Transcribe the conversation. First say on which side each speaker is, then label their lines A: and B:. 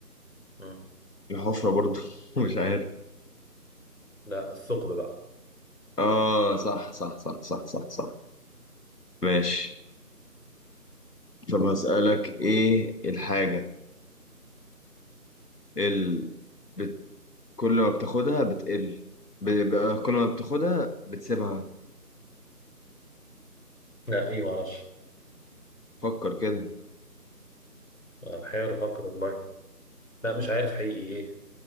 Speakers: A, on the left; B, on the left.
A: مم.
B: الحفرة برضه <laughs> مش عارف
A: لا الثقب بقى
B: اه صح صح صح صح صح صح ماشي طب هسألك ايه الحاجة اللي بت... كل ما بتاخدها بتقل ب... ب... كل ما بتاخدها بتسيبها
A: لا ايه معرفش
B: فكر كده
A: بحاول افكر والله لا مش عارف حقيقي ايه